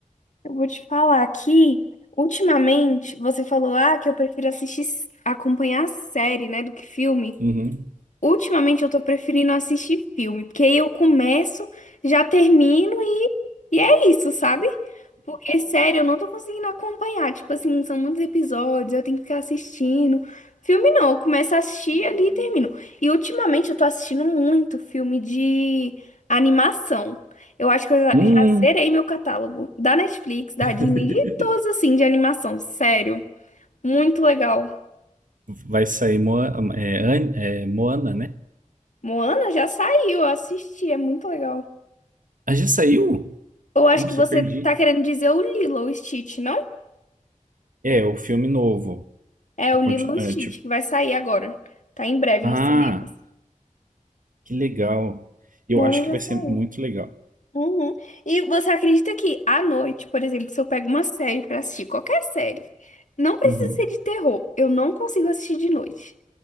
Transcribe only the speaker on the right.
Uhum.
Hum,
<laughs>
vai sair Moa- é, An- é, Moana, né?
Ah, já saiu?
Nossa,
eu perdi.
É, o filme novo.
A
continu-
é,
tipo
Ah,
que legal. Eu
acho
que vai
ser muito legal.
Uhum.